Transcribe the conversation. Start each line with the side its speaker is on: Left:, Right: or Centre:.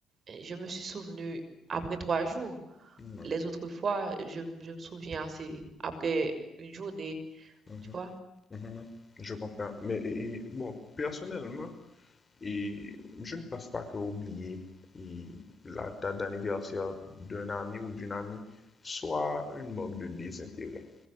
Right: euh, je me suis souvenu après trois jours.
Left: Mm,
Right: Les autres fois, je, je me souviens assez après une journée,
Left: mhm,
Right: tu vois.
Left: mhm. Je comprends. Mais et- et, bon, personnellement, Et je ne pense pas que oublier la date d'anniversaire d'un ami ou d'une amie soit une marque de désintérêt.